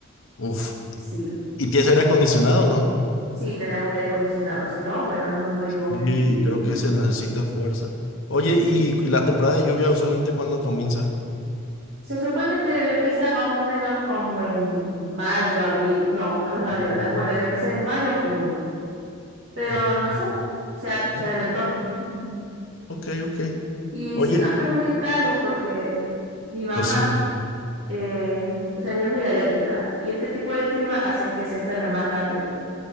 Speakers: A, on the left; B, on the right.
A: uf.
B: Sí,
A: ¿Y tienes aire acondicionado o no?
B: sí, tenemos aire acondicionado. Si no, bueno, nos morimos.
A: Sí,
B: <laughs>
A: creo que se necesita fuerza. Oye,
B: Sí.
A: ¿y y la temporada de lluvia usualmente cuándo comienza?
B: Se supone que debió empezar más o menos como en mayo, abril. No, estamos en abril,
A: Oh,
B: ¿verdad? Bueno, debió empezar en mayo o junio. pero
A: ok,
B: no sé, se, a- se
A: no,
B: adelantó. <laughs>
A: ok. ok.
B: Y
A: Oye,
B: sí nos perjudica algo porque mi mamá,
A: pues sí,
B: eh, o sea, ella es muy alérgica y este tipo de clima hace que se enferme más rápido,